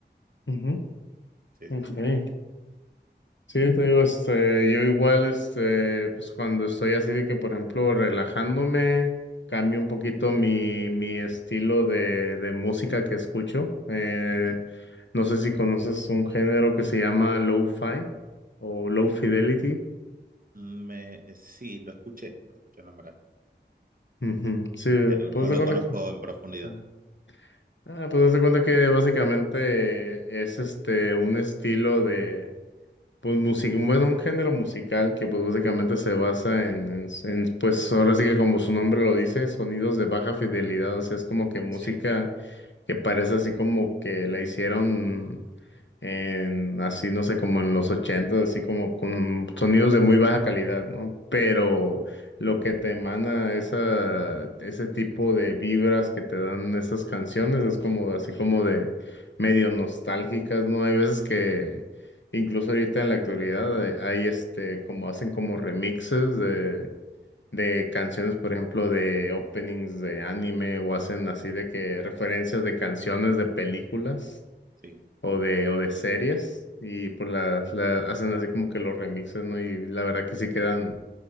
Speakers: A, on the left (about 80°); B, on the right (about 50°).
A: ujú,
B: Sí, sí,
A: ok.
B: sí.
A: Sí, te digo, este, yo igual, este, pues cuando estoy así de que, por ejemplo, relajándome, cambio un poquito mi, mi estilo de, de música que escucho. Eh,
B: Ujú.
A: no sé si conoces un género que se llama lo-fi o low fidelity.
B: Me, eh, sí, lo escuché, lo escuché nombrar,
A: Ujú, Sí,
B: pero
A: pues
B: no
A: de
B: lo
A: cuenta
B: conozco
A: que,
B: en profundidad.
A: ah, ah, pues haz de cuenta que básicamente es este un estilo de Pues música, es un género musical que pues básicamente se basa en, en- en, pues ahora sí que como su nombre lo dice, sonidos de baja fidelidad, o sea, es como que música
B: Sí.
A: que parece así como que la hicieron en, así no sé, como en los ochentas, así como con sonidos de muy baja calidad, ¿no? Pero
B: Ujú.
A: lo que te emana esa, ese tipo de vibras que te dan esas canciones es como así como de medio nostálgicas, ¿no? Hay veces que Incluso ahorita en la actualidad hay, hay, este, como hacen como remixes de, de canciones, por ejemplo, de openings de anime o hacen así de que
B: Sí.
A: referencias de canciones de películas
B: Sí.
A: o de, o de series y pues las, las hacen así como que los remixes, ¿no? Y la verdad que sí quedan,